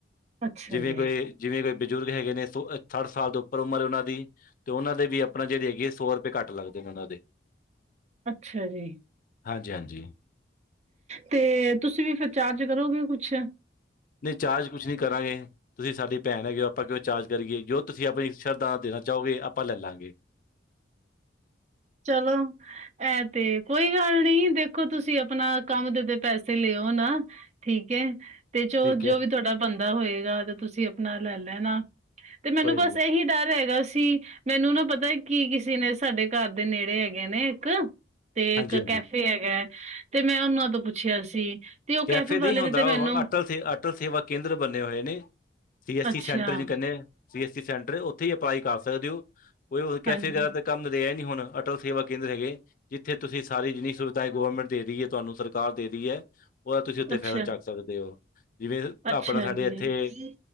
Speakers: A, on the right; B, on the left.
A: ਅੱਛਾ
B: ਜਿਵੇਂ
A: ਜੀ
B: ਕੋਈ, ਜਿਵੇਂ ਕੋਈ ਬਿਜ਼ੁਰਗ ਹੈਗੇ ਨੇ ਸੋ, ਸੱਠ ਸਾਲ ਤੋਂ ਉੱਪਰ ਉਮਰ ਓਨਾਂ ਦੀ ਤੇ ਉਹਨਾਂ ਦੇ ਵੀ ਆਪਣਾ ਜਿਹੜੇ ਹੈਗੇ ਆ ਸੌ ਰੁਪਏ ਘੱਟ ਲੱਗਦੇ ਨੇ ਉਹਨਾਂ ਦੇ
A: ਅੱਛਾ ਜੀ।
B: ਹਾਂਜੀ ਹਾਂਜੀ।
A: ਤੇ ਤੁਸੀਂ ਵੀ ਫਿਰ ਚਾਰਜ ਕਰੋਗੇ ਕੁਛ
B: ਨਹੀਂ ਚਾਰਜ ਕੁਛ ਨਹੀਂ ਕਰਾਂਗੇ। ਤੁਸੀਂ ਸਾਡੀ ਭੈਣ ਹੈਗੇ ਹੋ ਆਪਾਂ ਕਿਉਂ ਚਾਰਜ ਕਰੀਏ ਜੋ ਤੁਸੀਂ ਆਪਣੀ ਸ਼ਰਧਾ ਦੇਣਾ ਚਾਹੋਗੇ ਆਪਾਂ ਲੈ ਲਾਂਗੇ।
A: ਚਲੋ। ਇਹ ਤੇ ਕੋਈ ਗੱਲ ਨੀ ਦੇਖੋ ਤੁਸੀਂ ਆਪਣਾ ਕੰਮ ਦੇ ਤੇ ਪੈਸੇ ਲਿਓ ਨਾ। ਠੀਕ ਹੈ ਤੇ ਚ
B: ਠੀਕ
A: ਜੋ
B: ਹੈ
A: ਵੀ ਤੁਹਾਡਾ ਬਣ ਦਾ ਹੋਏਗਾ ਤੇ ਤੁਸੀਂ ਆਪਣਾ ਲੈ ਲੈਣਾ ਤੇ ਮੈਨੂੰ
B: ਕੋਈ
A: ਬਸ
B: ਨੀ
A: ਇਹੀ ਡਰ ਹੈਗਾ ਸੀ ਮੈਨੂੰ ਨਾ ਪਤਾ ਕੀ ਕਿਸੇ ਨੇ ਸਾਡੇ ਘਰ ਦੇ ਨੇੜੇ ਹੈਗੇ ਨੇ ਇੱਕ ਤੇ
B: ਹਾਂਜੀ
A: ਇੱਕ
B: ਹਾਂਜੀ
A: ਕੈਫੇ ਹੈਗਾ ਤੇ ਮੈਂ ਉਹਨਾਂ ਤੋਂ ਪੁੱਛਿਆ ਸੀ। ਤੇ ਉਹ
B: ਕੈਫੇ ਨਹੀਂ
A: ਵਾਲੇ
B: ਹੁੰਦਾ
A: ਨੇ ਤੇ ਮੈਨੂੰ
B: ਅਟਲ ਸੇ ਅਟਲ ਸੇਵਾ ਕੇਂਦਰ ਬਣੇ ਹੋਏ ਨੇ ਸੀ ਐੱਸਸੀ
A: ਅੱਛਾ
B: ਸੀ ਸੈਂਟਰ ਕ ਸੀ ਐੱਸ ਸੀ ਸੈਂਟਰ ਉੱਥੇ ਹੀ ਅਪਲਾਈ ਕਰ ਸਕਦੇ ਹੋ ਕੋਈ ਕੈਫੇ
A: ਹਾਂਜੀ
B: ਵਗੈਰਾ। ਕੰਮ ਰਿਹਾ ਨੀ ਹੁਣ ਅਟਲ ਸੇਵਾ ਕੇਂਦਰ ਹੈਗੇ। ਜਿੱਥੇ ਤੁਸੀਂ ਸਾਰੀ ਜਿੰਨੀ ਸੁਵਿਧਾ ਗਵੌਰਮੈਂਟ ਦੇ ਰਹੀ ਹੈ ਤੁਹਾਨੂੰ ਸਰਕਾਰ ਦੇ ਰਹੀ ਹੈ। ਉਹਦਾ ਤੁਸੀਂ ਉੱਥੇ
A: ਅੱਛਾ
B: ਫਾਇਦਾ ਚੁੱਕ ਸਕਦੇ ਹੋ। ਜਿਵੇਂ
A: ਅੱਛਾ
B: ਆਪਣਾ ਸਾਡੇ
A: ਜੀ
B: ਇੱਥੇ